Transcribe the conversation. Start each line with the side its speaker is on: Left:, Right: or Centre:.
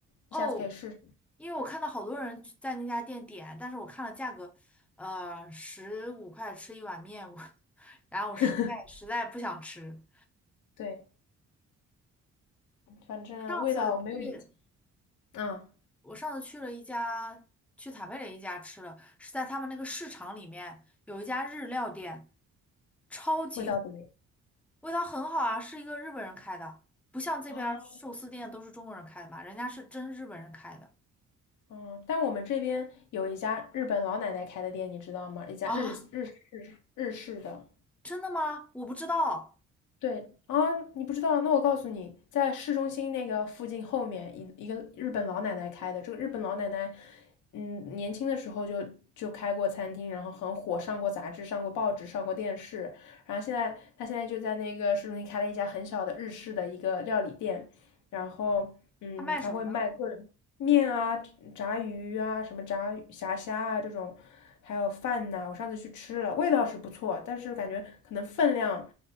Centre: 哦，
Left: 你下次可以试试。
Centre: 因为我看到好多人去在那家店点，但是我看了价格，呃，十五块吃一碗面，我 <laughs> 然后我实在实在不想吃。
Left: <laughs> 对。反正味道没有以前，
Centre: 上次去，
Left: 嗯，
Centre: 我上次去了一家，去坦贝雷一家吃了，是在他们那个市场里面有一家日料店，超级火
Left: 味道怎么样？
Centre: 味道很好啊，是一个日本人开的，不像这边儿寿司店都是中国人开的嘛，
Left: 啊，
Centre: 人家是真日本人开的
Left: 嗯，但我们这边有一家日本老奶奶开的店，你知道吗？一家日日
Centre: 啊，
Left: 日式的，
Centre: 真的吗？我不知道，
Left: 对啊，你不知道？那我告诉你，在市中心那个附近后面一一个日本老奶奶开的。这个日本老奶奶，嗯，年轻的时候就就开过餐厅，然后很火，上过杂志，上过报纸，上过电视。然后现在她现在就在那个市中心开了一家很小的日式的一个料理店，然后嗯，
Centre: 他卖什么呢？
Left: 他会卖各种面啊、炸鱼啊、什么炸鱼虾虾啊这种，还有饭呐、我上次去吃了，味道是不错，但是感觉可能分量